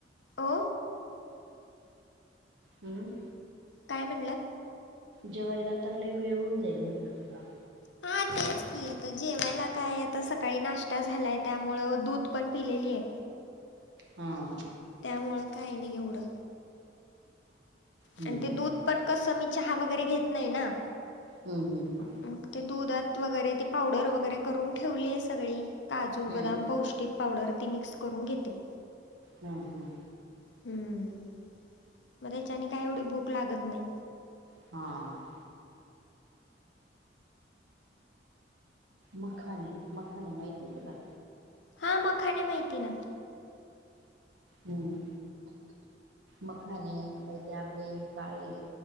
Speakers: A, on the left; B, on the right.
A: हो.
B: हम्म.
A: काय म्हणलात?
B: जेवायला तर लय वेळ होऊन जाईल म्हटलं तुला.
A: हा तेच की जेवायला काय आता सकाळी नाश्ता झालाय त्यामूळ दूध पण पिलेली आहे.
B: हम्म.
A: त्यामुळं काही नाही एवढं.
B: हम्म
A: आणि ते दूध पण कसं मी चहा वगैरे घेत नाही ना.
B: हम्म हम्.
A: मग ते दुधात वगैरे ती पावडर वगैरे करून ठेवलीय सगळी. काजू
B: हम्म
A: बदाम पौष्टिक पावडर ती मिक्स करून घेते.
B: हम हम.
A: हम्म. मग त्याच्याने काही एवढी भूक लागत नाही.
B: हा. मखाने मखाने माहितीय तुला?
A: हा मखाणे माहिती आहे ना.
B: हम्म. मखाने काही ते आपले काळे